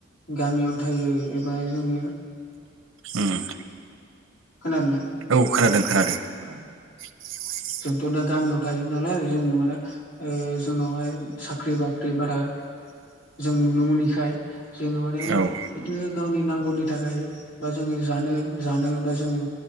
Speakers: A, on the left; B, on the right.
A: गामियावनो थायो एबा जोङो
B: उम
A: खोनादोंना
B: औ खोनादों खोनादों।
A: ओ
B: <inaudible>
A: जोंथ' दा गामियाव थायो नालाय जोङो माने ओ जोंनावहाय साख्रि बाख्रि बारा जों नुनो मोनैखाय जोङो माने
B: औ
A: बिदिनो गावनि नांगौनि थाखाय बा जोङो जानो जानो बा जोङो